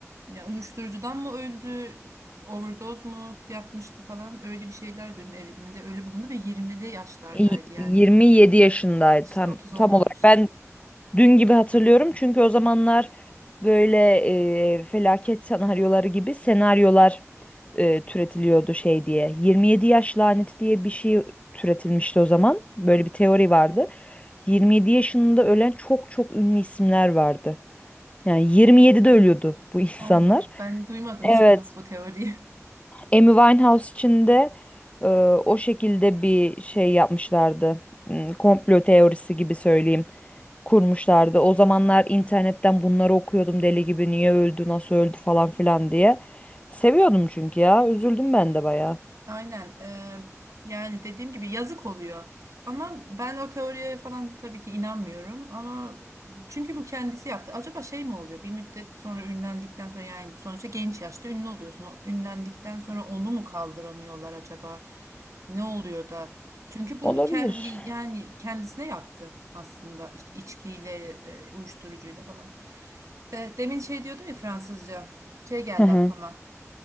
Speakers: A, on the right; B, on the left.
A: Ya uyuşturucudan mı öldü, overdose mu yapmıştı falan öyle bir şeyler duydum. Evinde ölü bulundu ve 20'li yaşlardaydı
B: Y-
A: yani.
B: 27 yaşındaydı
A: İşte
B: tam
A: 30 olmamıştı.
B: tam olarak. Ben dün gibi hatırlıyorum çünkü o zamanlar böyle e, felaket senaryoları gibi senaryolar e, türetiliyordu şey diye. 27 yaş laneti diye bir şey türetilmişti o zaman. Böyle bir teori vardı. 27 yaşında ölen çok çok ünlü isimler vardı. Yani 27'de ölüyordu bu <laughs> insanlar.
A: Allah Allah ben duymadım
B: Evet.
A: hiç bunu bu teoriyi. <laughs>
B: Amy Winehouse için de e, o şekilde bir şey yapmışlardı. Hmm, Komplo teorisi gibi söyleyeyim. Kurmuşlardı. O zamanlar internetten bunları okuyordum deli gibi. Niye öldü, nasıl öldü falan filan diye. Seviyordum çünkü ya. Üzüldüm ben de bayağı.
A: Aynen. eee, yani dediğim gibi yazık oluyor. Ama ben o teoriye falan tabii ki inanmıyorum. Ama çünkü bu kendisi yaptı. Acaba şey mi oluyor? Bir müddet sonra ünlendikten sonra yani sonuçta genç yaşta ünlü oluyorsun. O ünlendikten sonra onu mu kaldıramıyorlar acaba? Ne oluyor da? Çünkü bu
B: Olabilir.
A: kendi yani kendisine yaptı aslında İç- içkiyle, e, uyuşturucuyla falan. E, demin şey diyordum ya Fransızca. Şey geldi
B: Hı hı.
A: aklıma.